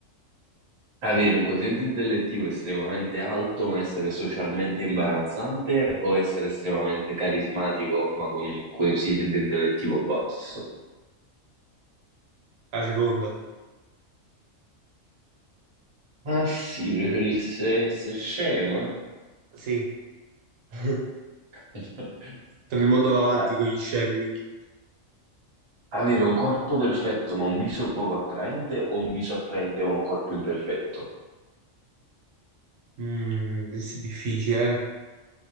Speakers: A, on the right; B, on the right.
A: Avere un quoziente intellettivo estremamente alto ma essere socialmente imbarazzante o essere estremamente carismatico ma con un quoziente intellettivo basso?
B: La seconda,
A: Ma sì, preferisse essere scema?
B: sì. <laughs>
A: <laughs>
B: Sono il mondo va avanti
A: A-
B: con gli scemi, quindi.
A: Avere un corpo perfetto ma un viso poco attraente o un viso attraente ma un corpo imperfetto?
B: Mm, questo è difficile, eh.